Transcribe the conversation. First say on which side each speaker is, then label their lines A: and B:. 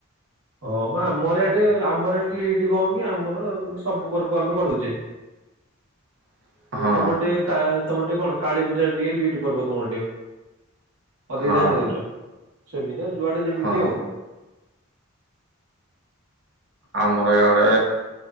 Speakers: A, on the right; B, on the right.
A: ହଁ ମା ଆମର ଏଠି ଆମର ଏଠି ଲିଟ କହ କି ଆମର ସବୁ ପର୍ବ ଆମେ କଢୁଛେ।
B: <inaudible> ହଁ
A: ତମର ଟିକେ କା ତମର ଟିକେ କଣ କାଳୀ ପୂଜା ଟିକେ ଲିଠ ପର୍ବ ତମର ଟିକେ। ଅଧିକ
B: ହଁ
A: ଧ୍ୟାନ ଦଉଛ ସେମିତି ଆଉ ଯୁଆଡେ ଯେମିତି
B: ହଁ
A: ଆଉ।
B: ଆମର ଇଆଡେ